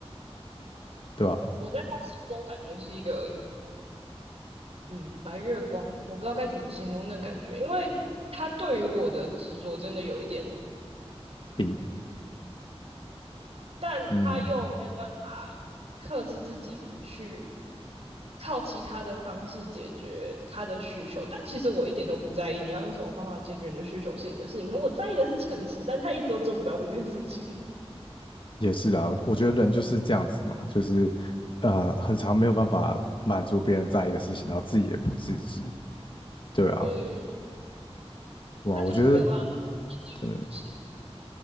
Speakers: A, on the left; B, on the right.
A: <laughs> 对吧？
B: 我在他心中感觉是一个嗯白月光，我不知道该怎么形容那感觉，因为他对于我的执着真的有一点。
A: 并
B: 但他又没有办法
A: 嗯，
B: 克制自己不去靠其他的方式解决他的需求。但其实我一点都不在意你要用什么方法解决你的需求是你的事情，可我在意的是诚实，但他一直都做不到这件事情。<laughs>
A: 也是啊，我觉得人就是这样子嘛，就是呃，很常没有办法满足别人在意的事情，然后自己也不自知，对啊，
B: 嗯，
A: 哇，
B: 他就是没有办法
A: 我觉得。对
B: 是